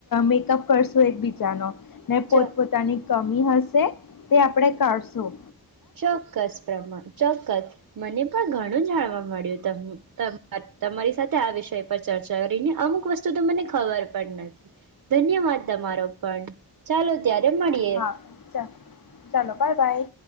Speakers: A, on the left (about 55°); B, on the right (about 50°).
A: મેકઅપ કરશું એકબીજાનો ને
B: ચો
A: પોતપોતાની કમી હશે.. તે તે આપડણે કરશું.
B: ચોક્કસ પ્રમાણ ચોક્કસ મને પણ ઘણું જાણવા મળ્યું તમ તમાર તમારી સાથે આ વિષય પર ચર્ચા કરીને અમુક વસ્તુ તો મને ખબર પણ નથી ધન્યવાદ તમારો પણ ચાલો ત્યારે મળીએ
A: હા ચ ચાલો બાય-બાય